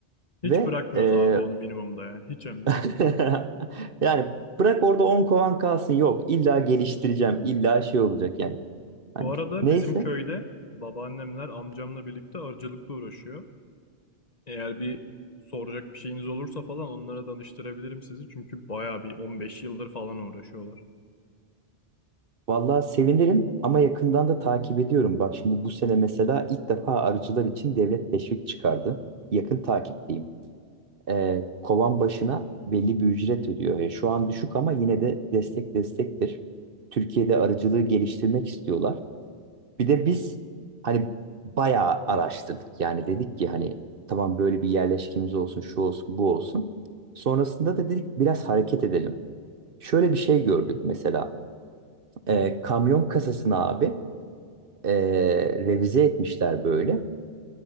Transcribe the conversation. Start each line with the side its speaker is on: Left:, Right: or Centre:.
Left: Hiç
Right: Ve
Left: bırakmıyoruz
Right: e,
Left: abi onu minimumda ya. Hiç hem
Right: <laughs>
Left: de.
Right: yani bırak orada 10 kovan kalsın yok illa geliştireceğim illa şey olacak yani. Hani
Left: Bu arada
Right: neyse
Left: bizim köyde babaannemler amcamla birlikte arıcılıkla uğraşıyor. Eğer bir soracak bir şeyiniz olursa falan onlara danıştırabilirim sizi. Çünkü bayağı bir 15 yıldır falan uğraşıyorlar.
Right: vallahi sevinirim ama yakından da takip ediyorum. Bak şimdi bu sene mesela ilk defa arıcılar için devlet teşvik çıkardı. Yakın takipteyim. e, kovan başına belli bir ücret ödüyor. E, şu an düşük ama yine de destek destektir. Türkiye'de arıcılığı geliştirmek istiyorlar. Bir de biz hani bayağı araştırdık. Yani dedik ki hani tamam böyle bir yerleşkemiz olsun, şu olsun, bu olsun. Sonrasında da dedik biraz hareket edelim. Şöyle bir şey gördük mesela. E, kamyon kasasını abi e, revize etmişler böyle.